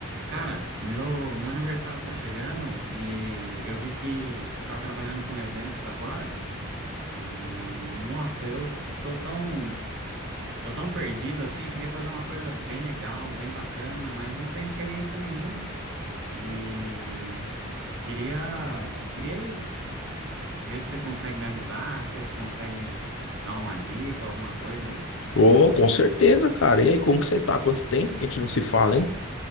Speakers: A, on the right; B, on the left.
A: Cara, meu, meu aniversário tá chegando e eu vi que você tá trabalhando com eventos agora e, nossa, eu tô tão, tô tão perdido assim, eu queria fazer uma coisa bem legal, bem bacana, mas eu não tenho experiência nenhuma e queria, queria ver se você consegue me ajudar, se você consegue me dar uma dica, alguma coisa aí.
B: Oh, com certeza, cara. E aí, como que você tá? Quanto tempo que a gente não se fala, hein?